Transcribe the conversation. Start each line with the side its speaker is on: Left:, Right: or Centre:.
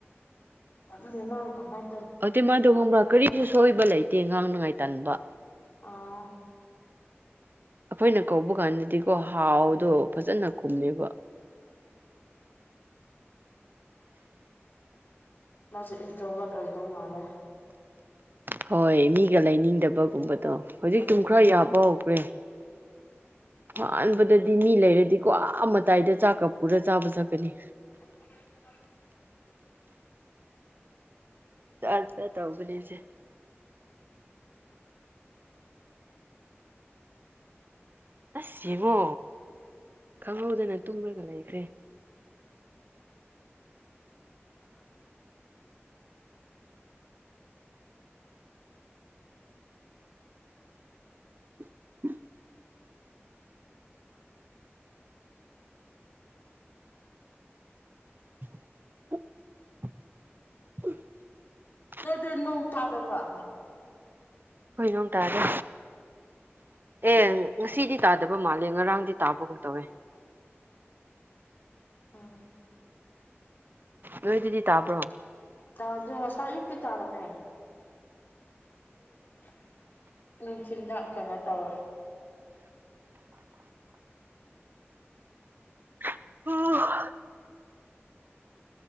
Left: ꯑꯗꯨꯅꯦ ꯃꯅꯥ ꯀꯃꯥꯏ
Right: ꯑꯗꯨꯗꯤ ꯃꯥꯗꯣ ꯈꯪꯕ꯭ꯔꯥ ꯀꯔꯤꯁꯨ ꯁꯣꯏꯕ ꯂꯩꯇꯦ ꯉꯥꯡꯅꯉꯥꯏ ꯇꯟꯕ
Left: ꯑꯣ
Right: ꯑꯩꯈꯣꯏꯅ ꯀꯧꯕ ꯀꯥꯟꯗꯗꯤꯀꯣ ꯍꯥꯎꯗꯣ
Left: ꯎꯝ
Right: ꯐꯖꯅ ꯈꯨꯝꯃꯦꯕ <inaudible>
Left: ꯃꯥꯁꯦ ꯏꯟꯇ꯭ꯔꯣꯚꯔꯠ ꯑꯣꯏꯗꯧ ꯃꯥꯂꯦ
Right: ꯍꯣꯏ ꯃꯤꯒ ꯂꯩꯅꯤꯡꯗꯕꯒꯨꯝꯕꯗꯣ ꯍꯧꯖꯤꯛꯇꯨꯝ
Left: ꯎꯝ
Right: ꯈꯔ ꯌꯥꯕ ꯍꯧꯈ꯭ꯔꯦ
Left: <inaudible>
Right: ꯑꯍꯥꯟꯕꯗꯗꯤ ꯃꯤ ꯂꯩꯔꯗꯤꯀꯣ ꯑ ꯃꯇꯥꯏꯗ ꯆꯥꯛꯀ ꯄꯨꯔ ꯆꯥꯕ ꯆꯠꯀꯅꯤ
Left: <unintelligible>
Right: <unintelligible> ꯇꯧꯕꯅꯤꯁꯦ ꯑꯁ ꯌꯦꯡꯉꯣ ꯈꯪꯍꯧꯗꯅ ꯇꯨꯝꯔꯒ ꯂꯩꯈ꯭ꯔꯦ <unintelligible> <inaudible> <inaudible>
Left: ꯅꯣꯏꯗꯤ ꯅꯣꯡ ꯇꯥꯗꯕ꯭ꯔꯣ
Right: ꯑꯩꯈꯣꯏ ꯅꯣꯡ ꯇꯥꯗꯦ ꯑꯦ ꯉꯁꯤꯗꯤ ꯇꯥꯗꯕ ꯃꯥꯜꯂꯦ ꯉꯔꯥꯡꯗꯤ ꯇꯥꯕꯒꯨꯝ ꯇꯧꯋꯦ
Left: ꯎꯝ
Right: ꯅꯣꯏꯗꯗꯤ ꯇꯥꯕ꯭ꯔꯣ
Left: ꯇꯥꯗꯦ ꯉꯁꯥꯏ ꯑꯌꯨꯛꯇꯤ ꯇꯥꯔꯝꯃꯦ <unintelligible> ꯅꯨꯡꯊꯤꯟꯗ ꯀꯩꯅꯣ ꯇꯧꯋꯦ
Right: <unintelligible>